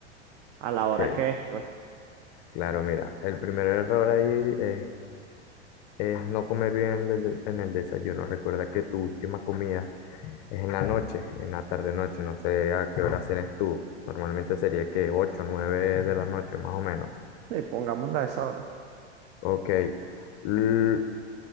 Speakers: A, on the right (about 35°); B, on the left (about 40°).
A: a la hora
B: Ok,
A: que es, pues.
B: claro, mira, el primer error ahí es, es no comer bien en el de- en el desayuno. Recuerda que tu última comida es en la noche, en la tarde-noche. No sé a qué hora cenes tú. Normalmente sería que 8 9 de la noche, más o menos.
A: Sí, pongámosla a esa hora.
B: Ok, L-